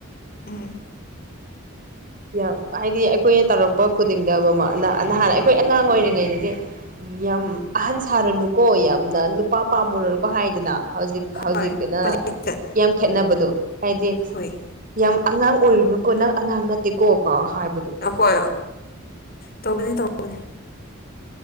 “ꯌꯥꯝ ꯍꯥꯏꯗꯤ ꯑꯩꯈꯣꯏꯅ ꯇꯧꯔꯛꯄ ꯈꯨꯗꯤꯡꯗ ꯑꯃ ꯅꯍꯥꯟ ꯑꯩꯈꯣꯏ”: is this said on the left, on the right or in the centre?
Right